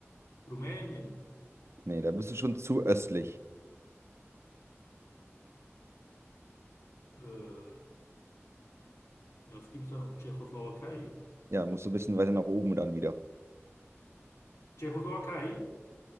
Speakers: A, on the left (about 80°); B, on the right (about 65°).
A: Rumänien?
B: Nee, da bist du schon zu östlich.
A: Äh, ja, was gibt's da noch? Tschechoslowakei?
B: Ja, musst du ein bisschen weiter nach oben dann wieder.
A: Tschechoslowakei?